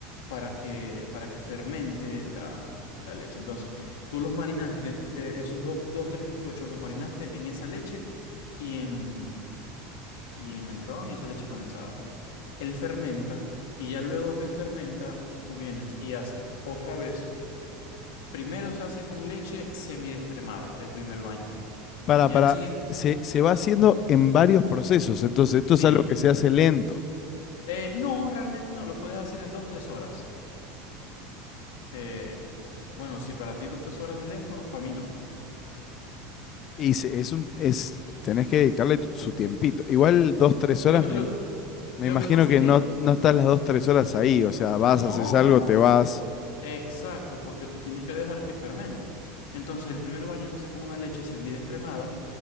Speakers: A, on the left; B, on the left.
A: para que, para que fermente la, la leche. Entonces, tú los marinaste, eh, esos dos, dos, tres bizcochos, los marinaste en esa leche y en, y en el ron y esa leche condensada. Pum. Él fermenta y ya luego que fermenta, tú vienes y haces otra vez Primero se hace con leche semidescremada, el primer baño.
B: Para,
A: Y ya
B: para,
A: el siguiente,
B: se, se va haciendo en varios procesos, entonces esto
A: sí.
B: es algo que se hace lento
A: Eh, no, realmente no, lo puedes hacer en dos, tres horas. Eh, bueno, si para ti dos, tres horas es lento, para mí no.
B: y se- es un, es, tenés que dedicarle tu- su tiempito. Igual dos, tres horas,
A: Lo que,
B: me,
A: lo,
B: me
A: lo
B: imagino
A: que pasa
B: que
A: es que,
B: no, no estás las dos, tres horas ahí, o sea, vas,
A: no,
B: haces algo,
A: no.
B: te vas.
A: Exacto, porque tú tienes que dejar que fermente. Entonces, el primer baño se hace con una leche semidescremada,